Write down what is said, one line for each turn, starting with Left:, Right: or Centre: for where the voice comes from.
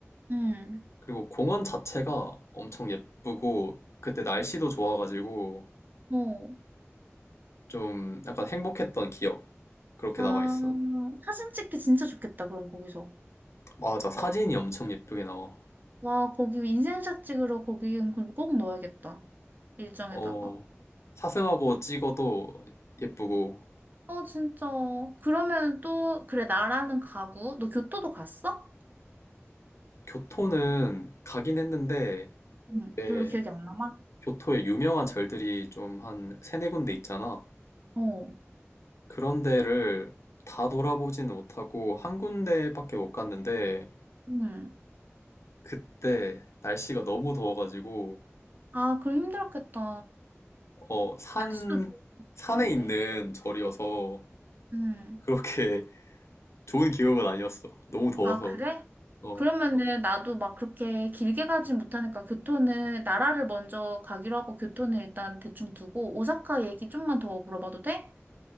Right: 응.
Left: 그리고 공원 자체가 엄청 예쁘고 그때 날씨도 좋아가지고
Right: 어
Left: 좀 약간 행복했던 기억 그렇게
Right: 아,
Left: 남아 있어.
Right: 사진 찍기 진짜 좋겠다, 그럼 거기서.
Left: 맞아, 사진이 엄청 예쁘게 나와.
Right: 와, 거기 인생샷 찍으러 거기 꼭 넣어야겠다. 일정에다가.
Left: 어, 사슴하고 찍어도 예쁘고
Right: 어, 진짜. 그러면 또, 그래, 나라는 가구. 너 교토도 갔어?
Left: 교토는 가긴 했는데
Right: 응,
Left: 왜
Right: 별로 기억이 안 남아?
Left: 교토에 유명한 절들이 좀 한 세네 군데 있잖아.
Right: 어,
Left: 그런 데를 다 돌아보지는 못하고 한 군데밖에 못 갔는데
Right: 응.
Left: 그때 날씨가 너무 더워가지고
Right: 아, 그럼 힘들었겠다.
Left: 어, 산,
Right: 날씨도 좋을
Left: 산에
Right: 텐데.
Left: 있는 절이어서
Right: 응.
Left: 그렇게 <laughs> 좋은 기억은 아니었어. 너무 더워서.
Right: 아, 그래?
Left: 어,
Right: 그러면은 나도 막 그렇게 길게 가진 못하니까 교토는 나라를 먼저 가기로 하고 교토는 일단 대충 두고 오사카 얘기 좀만 더 물어봐도 돼?